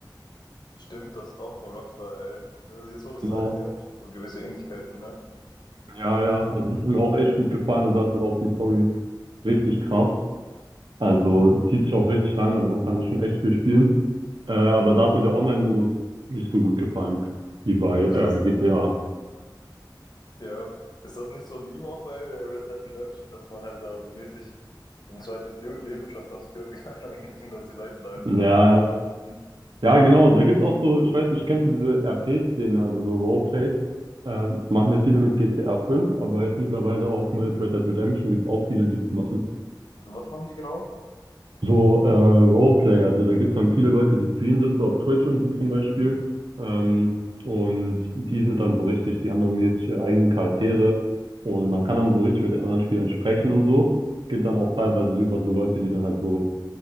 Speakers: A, on the left; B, on the right.
A: stimmt, das ist auch von Rockstar, ey. Das, jetzt, wo du es
B: Genau.
A: sagst, die haben auch so gewisse Ähnlichkeiten, ne?
B: Ja, ja. Also das ist mir auch echt gut gefallen und da ist halt auch die Story richtig krass. Also zieht sich auch richtig lang, also man kann da schon echt viel spielen. Äh, aber da hat mir der Online-Modus nicht so gut gefallen wie bei
A: Aber
B: äh,
A: ist das,
B: GTA.
A: ja, ist das nicht so ein Meme auch bei äh, Red Dead Redemption, dass man halt da so mäßig so ein zweites Le Leben schon fast führen kann, <laughs> eigentlich, und dass die Leute da halt
B: Ja,
A: übertrieben
B: ja.
A: werden? Hm.
B: Ja, genau. Da gibt es auch so, ich weiß nicht, kennst du diese RP-Szene, also so Roleplay? Ähm, das machen ja viele mit GTA 5, aber jetzt mittlerweile auch mit Red Dead Redemption gibt es auch viele, die das machen.
A: Was machen die genau?
B: So äh, Roleplay, also da gibt es dann viele Leute, die streamen das so auf Twitch und so zum Beispiel. Ähm, und die sind dann so richtig, die haben dann mäßig ihre eigenen Charaktere und man kann dann so richtig mit den anderen Spielern sprechen und so. Das geht dann auch teilweise so über so Leute, die dann halt so,